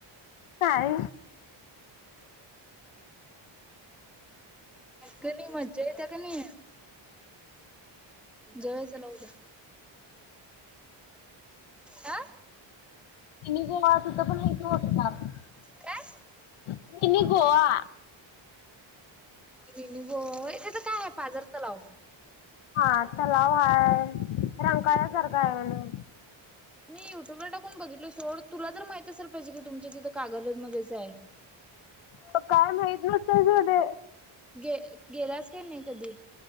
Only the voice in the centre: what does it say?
कणी मज्जा येत्या कणी, जाऊया चला उद्या. आ.
काय?
मिनी गोवा होय तिथं काय आहे, पाझर तलाव.
मी युट्यूबला टाकून बघितल सोड. तुला तर माहित असेल पाहिजे की तुमच्या तिथं कागलमध्येच आहे.
गे गेलास काय नाही कधी,